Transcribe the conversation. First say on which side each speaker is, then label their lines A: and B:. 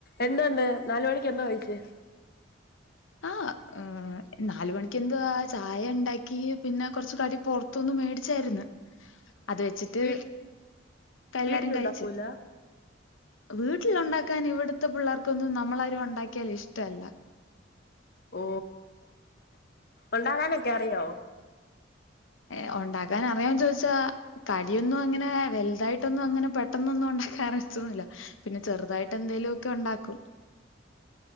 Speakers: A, on the left (about 50°); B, on the left (about 80°).
A: എന്താണ്ട് നാല് മണിക്ക് എന്താ കഴിച്ച്
B: ആ ഉം നാല് മണിക്ക് എന്തുവാ ആ ചായ ഉണ്ടാക്കി പിന്നെ കൊറച്ചു കടി പൊറത്തൂന്ന് മേടിച്ചാര്ന്ന് അത് വെച്ചിട്ട്
A: വീ
B: എല്ലാരും
A: വീട്ടിലുണ്ടാക്കൂല
B: കഴിച്ച് വീ വീട്ടിൽണ്ടാക്കാൻ ഇവിടുത്തെ പിള്ളേർക്കൊന്നും നമ്മളാരും ഒണ്ടാക്കിയാൽ ഇഷ്ടവല്ല
A: ഓ ഒണ്ടാകാനൊക്കെ അറിയോ
B: ഏ ഒണ്ടാക്കാൻ അറിയാവോന്ന് ചോയിച്ചാ കടിയൊന്നും അങ്ങനെ വലുതായിട്ടൊന്നും അങ്ങനെ പെട്ടെന്നൊന്നും ഉണ്ടാക്കാൻ അറിയതൊന്നില്ല പിന്നെ ചെറുതായിട്ട് എന്തേലു ഒക്കെ ഒണ്ടാക്കും